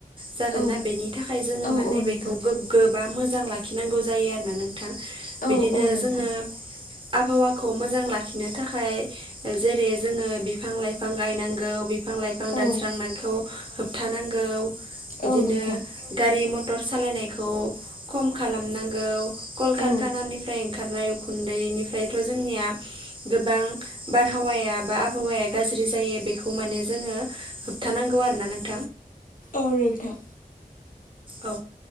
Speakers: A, on the right; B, on the left.
A: जागोना
B: औ
A: बेनि थाखाय जों
B: औ
A: माने
B: औ नोंथां
A: बेखौ गोग्गो बा मोजां लाखिनांगौ जायो आरोना नोंथां बिदिनो
B: औ औ नोंथां
A: जोङो आबहावाखौ मोजां लाखिनो थाखाय जेरै जोङो बिफां लाइफां गायनांगौ बिफां लाइफां दानस्रांनायखौ
B: औ
A: होबथानांगौ बिदिनो
B: औ नोंथां
A: गारि मथर मटर सालायनायखौ खम खालामनांगौ कलकारकानानिफ्रायं
B: औ
A: ओंखारनाय उखुन्दैनिफ्रायथ' जोंनिया गोबां बारहावाया बा आबहावाया गाज्रि जों बेखौ माने जों होबथानांगौ आरो ना
B: औ नोंथां
A: औ